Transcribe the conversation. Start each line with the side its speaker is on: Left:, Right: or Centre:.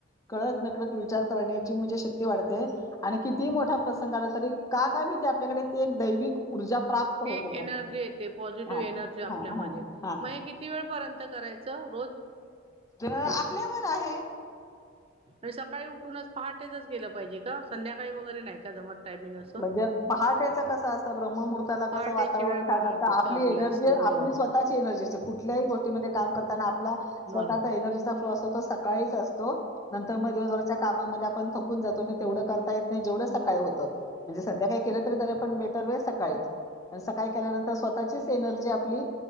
Left: कळत नकळत विचार करण्याची म्हणजे शक्ती वाढते. आणि किती मोठा प्रसंग आला तरी का काय मी ते आपल्याकडे ते एक दैविक ऊर्जा प्राप्त होते
Right: ते एक
Left: ब्रह्म
Right: एनर्जी येते पॉझिटिव्ह
Left: हां,
Right: एनर्जी आपल्यामध्ये
Left: हां, हां, हां.
Right: मग हे किती वेळ. पर्यंत करायचं रोज
Left: तर आपल्यावर आहे.
Right: आणि सकाळी उठूनच पहाटेच गेलं पाहिजे का? संध्याकाळी वगैरे नाही का जमत टायमिंग असं.
Left: म्हणजे पहाटेच कसं असतं ब्रम्हर्हूर्ताला
Right: पहाटेची
Left: कसं वातावरण
Right: वेळ ब्रमते
Left: छान असतं आपली
Right: चांगलं
Left: एनर्जी
Right: असतं बरोबर
Left: स्वतःची
Right: आहे.
Left: एनर्जी अस कुठल्याही गोष्टीमध्ये काम करताना आपला स्वतःचा
Right: बर
Left: एनर्जीचा तो असतो तो सकाळीच असतो, नंतर मग दिवसभराच्या कामामध्ये आपण थक थकुन जातो तेवढं करता येत नाही जेवढं सकाळी होतं म्हणजे संध्याकाळी केलं तरी त्या पण बेटर व सकाळीच सकाळी केल्यानंतर स्वतःचीच एनर्जी आपली.